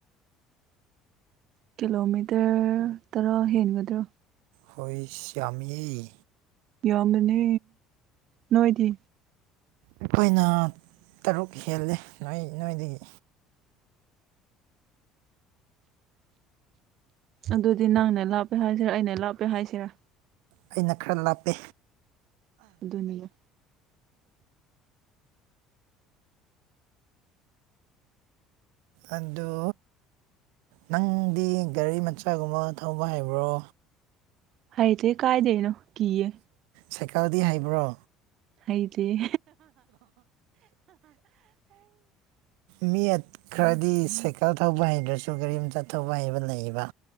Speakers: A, on the right; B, on the right.
A: ꯀꯤꯂꯣꯃꯤꯇꯔ ꯇꯔꯥ ꯍꯦꯟꯒꯗ꯭ꯔꯣ
B: ꯍꯣꯏꯁ ꯌꯥꯝꯃꯤꯍꯦ
A: ꯌꯥꯝꯕꯅꯦ ꯅꯣꯏꯗꯤ
B: ꯑꯩꯈꯣꯏꯅ ꯇꯔꯨꯛ ꯍꯦꯜꯂꯦ ꯅꯣꯏ ꯅꯣꯏꯗꯒꯤ
A: ꯑꯗꯨꯗꯤ ꯅꯪꯅ ꯂꯥꯞꯄꯦ ꯍꯥꯏꯁꯤꯔꯥ ꯑꯩꯅ ꯂꯥꯞꯄꯦ ꯍꯥꯏꯁꯤꯔꯥ
B: ꯑꯩꯅ ꯈꯔ ꯂꯥꯞꯄꯦ
A: ꯑꯗꯨꯅꯤꯌꯦ
B: ꯑꯗꯨ ꯅꯪꯗꯤ ꯒꯥꯔꯤ ꯃꯆꯥꯒꯨꯝꯕ ꯊꯧꯕ ꯍꯩꯕ꯭ꯔꯣ
A: ꯍꯥꯏꯗꯦ ꯀꯥꯥꯏꯗꯩꯅꯣ ꯀꯤꯌꯦ
B: ꯁꯥꯏꯀꯜꯗꯤ ꯍꯩꯕ꯭ꯔꯣ
A: ꯍꯩꯇꯤꯌꯦ
B: ꯃꯤ ꯈꯔꯗꯤ ꯁꯥꯏꯀꯜ ꯊꯧꯕ ꯍꯩꯗ꯭ꯔꯁꯨ ꯒꯥꯔꯤ ꯃꯆꯥ ꯊꯧꯕ ꯍꯩꯕ ꯂꯩꯌꯦꯕ